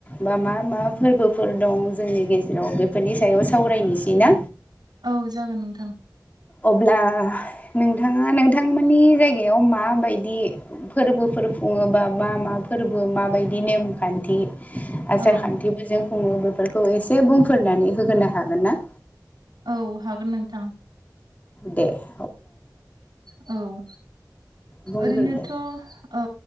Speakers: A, on the left; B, on the right.
A: बा मा मा फोरबोफोर दं जोंनि गेजेराव बे फोरनि सायाव सावरायनोसै ना?
B: औ जागोन नोंथां
A: अब्ला नोंथांआ नोंथांमोननि जायगायाव मा बायदि फोरबोफोर खुङोबा मा मा फोरबो माबादि नेमखान्थि आसार
B: औ
A: खान्थिबो जों खुङो बेफोरखौ एसे बुंफोरनानै होग्रोनो हागोन ना
B: औ हागोन नोंथां
A: देह
B: औ
A: बुंग्रोदो
B: ओरैनोथ' औ